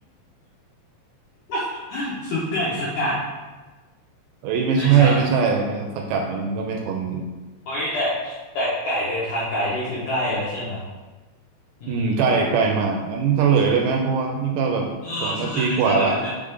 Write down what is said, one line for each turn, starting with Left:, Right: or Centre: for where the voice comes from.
Left: <laughs> ซุปไก่สกัด
Right: <laughs> เอ้ยไม่ใช่ไม่ใช่มันสกัดมันก็ไม่ทนดิ
Left: ไม่ใช่เฮ้ยแต่แต่ไก่เดินทางไกลนี่คือใกล้แล้วใช่ไหมอืม
Right: อืมใกล้ใกล้มากงั้นเฉลยเลยไหมเพราะว่านี่ก็แบบสองนาทีกว่าละ
Left: เออเฉลยเฉลยเลย